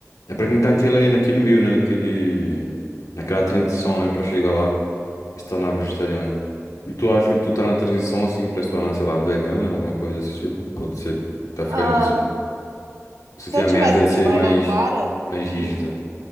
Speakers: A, on the left; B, on the right.
A: É pra quem tá naquela, naquele meio, né? Naquele, naquela transição, né? Pra chegar lá e se tornar vegetariano. E tu acha que tu tá na transição, assim, pra se tornar, sei lá, vegana, alguma coisa desse tipo? Ou você tá ficando
B: sim.
A: nisso aí? Você
B: Se
A: tem
B: eu
A: a
B: tivesse
A: meta de
B: vergonha
A: ser mais,
B: na cara,
A: mais rígida.
B: Sim.